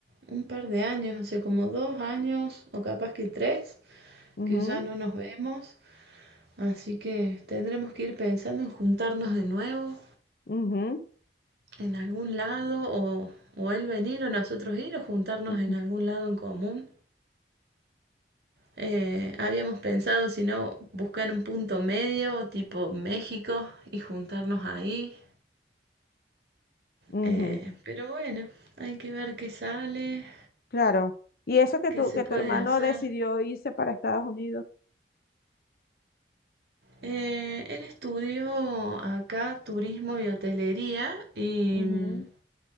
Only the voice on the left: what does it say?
ujú,
ujú,
ujú,
ujú.
Claro. Y eso que
tu,
que
tu hermano
decidió irse para Estados Unidos.
Ujú,